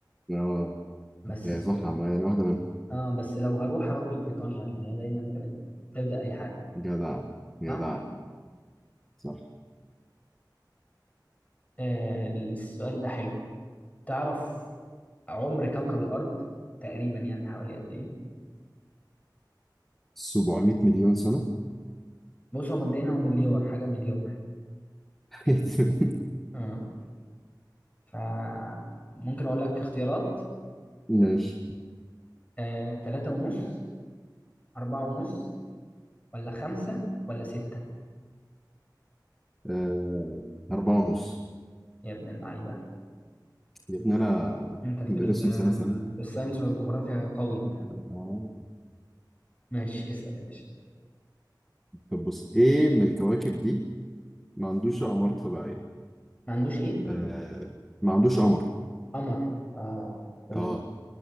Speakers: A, in the centre; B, on the left (about 20°).
A: آه
B: بس
A: هي صح ما يعني واحدة منهم
B: اه بس لو هروح هروح لبريطانيا عشان هي دايما كانت تبدأ اي حاجة
A: جدع جدع
B: صح
A: صح
B: آه السؤال ده حلو تعرف عمر كوكب الأرض تقريبا يعني حوالي قد ايه
A: 700 مليون سنة
B: بص هو مبدئيا هو مليار حاجة مليار
A: <laughs>
B: اه ف ممكن اقول لك اختيارات
A: ماشي
B: آه تلاتة ونص أربعة ونص ولا خمسة ولا ستة
A: آه، أربعة ونص
B: يا ابن اللعيبة
A: يا ابني أنا
B: انت في
A: بدرسهم
B: ال- آه،
A: سنة سنة
B: في الساينس والجغرافيا قوي انت
A: آه.
B: ماشي اسأل يا باشا
A: طب بص إيه من الكواكب دي ما عندوش أقمار طبيعية
B: ما عندوش ايه
A: آه. ما عندوش قمر
B: قمر اه قولي
A: آه.